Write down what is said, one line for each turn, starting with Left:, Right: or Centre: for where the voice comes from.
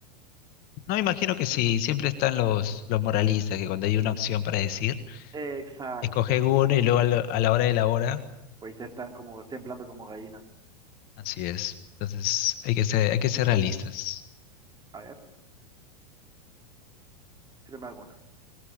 Left: No imagino que sí. Siempre están los, los moralistas que cuando hay una opción para decir,
Right: Exacto,
Left: escoge
Right: ¿no?
Left: uno y luego a la, a la hora de la hora.
Right: Pues ya están como temblando como gallinas.
Left: Así es. Entonces, hay que ser, hay que ser realistas.
Right: A ver, tírame alguna.